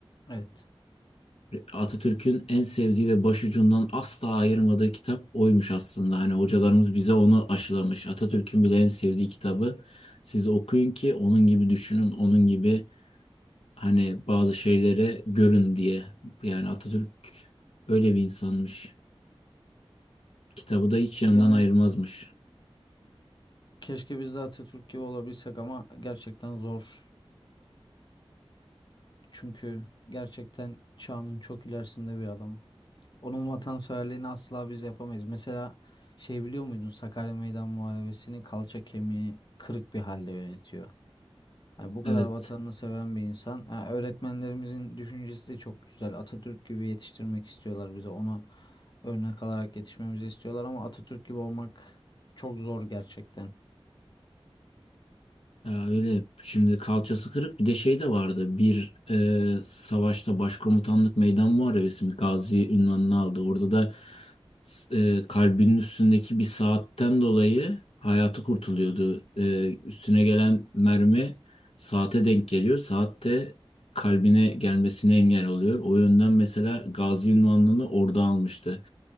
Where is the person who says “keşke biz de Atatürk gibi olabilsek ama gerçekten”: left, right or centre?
Left